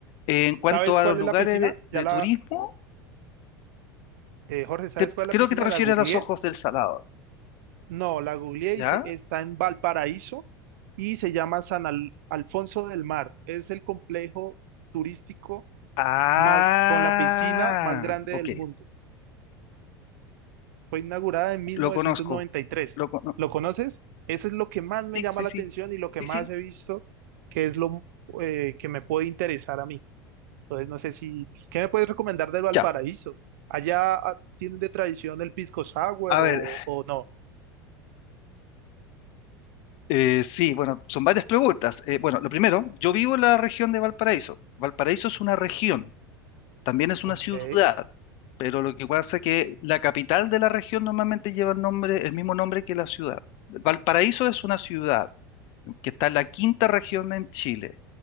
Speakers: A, on the left; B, on the right.
A: En cuanto
B: ¿Sabes
A: a
B: cuál
A: los lugares
B: es la piscina?
A: de, de
B: Ya la,
A: turismo,
B: eh, Jorge, ¿sabes
A: cre-
B: cuál es la
A: creo
B: piscina?
A: que te refieres
B: La googleé
A: a los Ojos del Salado,
B: No, la googleé
A: ¿ya?
B: y se- está en Valparaíso y se llama San Al- Alfonso del Mar. Es el complejo turístico
A: Ah,
B: más con la piscina más grande
A: ok.
B: del mundo. Fue inaugurada en mil
A: Lo
B: novecientos
A: conozco.
B: noventa y tres.
A: Lo cono-
B: ¿Lo conoces? Eso es lo que más me
A: sí,
B: llama
A: sí,
B: la
A: sí.
B: atención y lo que
A: Sí,
B: más
A: sí.
B: he visto que es lo eh, que me puede interesar a mí. Entonces, no sé si, ¿qué me puedes recomendar del Valparaíso?
A: Ya.
B: ¿Allá ah, tienen de tradición el pisco sour
A: A ver,
B: o, o no?
A: eh, sí, bueno, son varias preguntas. Eh, bueno, lo primero, yo vivo en la región de Valparaíso. Valparaíso es una región, también es
B: Ok,
A: una ciudad,
B: <laughs>
A: pero lo que pasa es que la capital de la región normalmente lleva el nombre, el mismo nombre que la ciudad. Valparaíso es una ciudad que está en la quinta región en Chile.